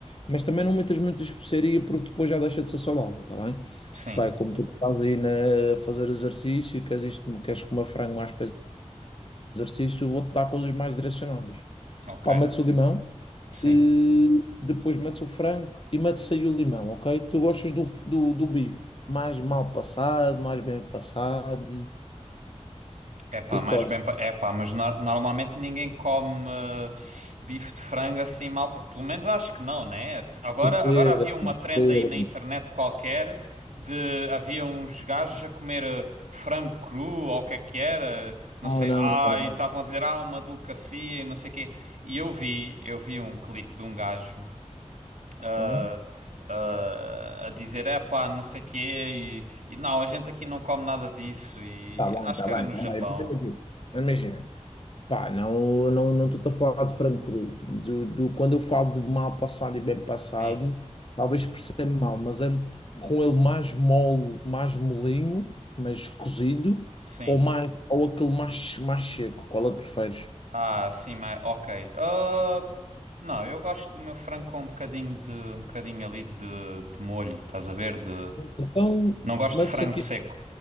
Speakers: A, on the left; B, on the right.
A: mas também não metas muita especiaria porque depois já deixa de ser saudável, tá bem?
B: sim,
A: Pá, é como tu estás aí na, a fazer exercício, e queres isto, queres comer frango mais para exercício, eu vou-te dar coisas mais direcionadas.
B: ok,
A: Pá, metes o limão,
B: sim.
A: eh, depois metes o frango e metes aí o limão, ok? Tu gostas do, f- do, do bife mais mal passado, mais bem passado?
B: É pá,
A: O que é que
B: mais
A: gostas?
B: bem. pa- É pá, mas no- normalmente ninguém come eh, bife de frango assim mal. pa- Pelo menos acho que não, né? De- Agora,
A: Eh,
B: agora havia uma trend
A: eh,
B: aí na internet qualquer de havia uns gajos a comer eh, frango cru ou o que é que era, não
A: Não,
B: sei.
A: não,
B: Ah,
A: não,
B: e estavam
A: não.
B: a dizer, ah, uma delicacia e não sei o quê. E eu vi, eu vi um clipe de um gajo. ah,
A: Hum?
B: ah, a dizer, é pá, não sei o quê, e, e não, a gente aqui não come nada disso, e
A: Tá bem,
B: acho
A: tá
B: que
A: bem,
B: era no
A: tá
B: Japão.
A: bem. Mas Imagina, imagina, Pá, não, não, não estou a falar de frango cru. Do, do- quando eu falo do mal passado e bem passado,
B: Sim,
A: talvez perceba mal, mas é com ele mais mole, mais molinho, mas cozido,
B: sim.
A: ou, mais, ou aquele mais, mais seco, qual é que preferes?
B: Ah, sim, mas ok. Ah, não, eu gosto do meu frango com um bocadinho de um bocadinho ali de, de molho, estás a ver? De
A: Então,
B: não gosto
A: metes
B: de frango
A: aquilo,
B: seco.